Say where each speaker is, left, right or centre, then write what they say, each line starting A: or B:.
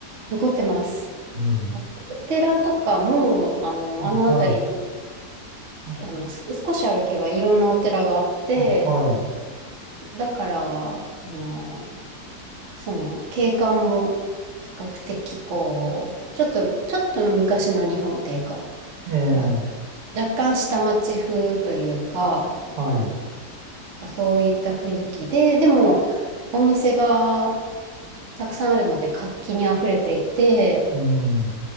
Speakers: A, on the right (about 55°); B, on the right (about 80°).
A: 残ってます。
B: うん。
A: お寺とかも、あの、
B: あ、
A: あの辺り、
B: はい。あ、
A: あの、す少し歩けばいろんなお寺があって、
B: あ、はい。
A: だから、あの、その景観も比較的こう、ちょっと、ちょっと昔の日本っていうか、
B: ええ、
A: あの、若干下町風というか、
B: はい。
A: なんかそういった雰囲気で、でもお店がたくさんあるので活気にあふれていて、
B: うん。